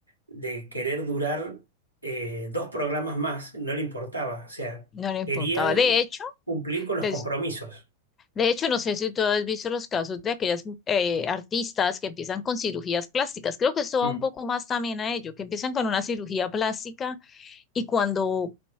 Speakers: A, on the right (about 85°); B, on the left (about 25°).
A: de querer durar eh, dos programas más, no le importaba, o sea,
B: no le importaba.
A: quería
B: De hecho,
A: cumplir con los
B: des-
A: compromisos.
B: De hecho, no sé si tú has visto los casos de aquellas eh, artistas que empiezan con cirugías plásticas. Creo que esto va
A: Mm.
B: un poco más también a ello, que empiezan con una cirugía plástica y cuando